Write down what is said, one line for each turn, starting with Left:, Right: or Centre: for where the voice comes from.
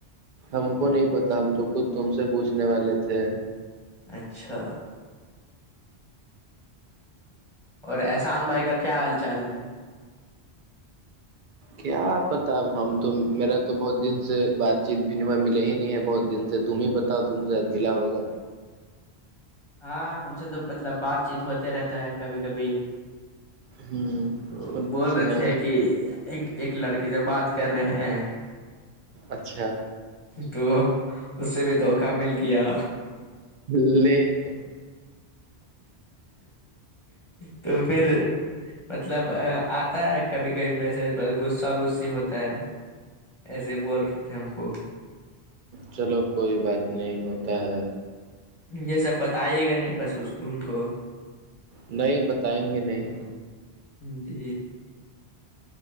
Right: ہم کو نہیں پتا ہم تو خود تم سے پوچھنے والے تھے
Left: اچھا اور احسان بھائی کا کیا حال چال ہے
Right: کیا پتا ہم تو میرا تو بہت دن سے بات چیت بھیو ملے ہی نہیں ہے بہت دن سے ج تم ہی بتاؤ تم شاید ملا ہوگا
Left: ہاں ہم سے تو مطلب بات چیت ہوتے رہتا ہے کبھی کبھی
Right: ہ
Left: تو بول
Right: سنے
Left: رہے تھے کہ ایک ایک لڑکی سے بات کر رہے ہیں
Right: اچھا
Left: تو اس سے بھی دوکہ مل کیا
Right: الے <inaudible>
Left: تو پھر <unintelligible> مطلب آتا ہے کبھی کبھی میں سے غصہ غسی ہوتا ہے ایسے بول رہے تھے ہم کو
Right: چلو کوئی بات نہیں ہوتا ہے
Left: یہ سب بتے گا نہیں بس ان کو
Right: نہیں بتائیں گے نہیں
Left: جی